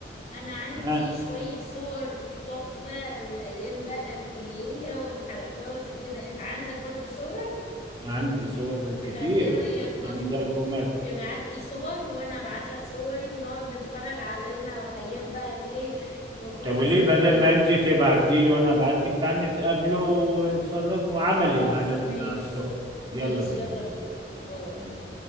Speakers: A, on the left; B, on the right.
A: انا عندي
B: ها
A: شوية صور تحفة من ايام بقى الكلية والحركات وكده انت عندك برضو صور
B: عندي صور كتير
A: طب ايه رأيك نف...
B: عندي ألبومات
A: تبعت لي صور وانا ابعت لك صوري ونقعد نتفرج علينا ايام بقى الايه ما كنا
B: طب وليه
A: صغيرين
B: بدل ما انت تبعتي لي وانا ابعت لك تعالى نتقابلوا ونتفرجوا عملي
A: خلاص
B: على ال-
A: ماشي
B: على الصور
A: ماشي
B: يلا بينا
A: يلا بينا باي
B: باي باي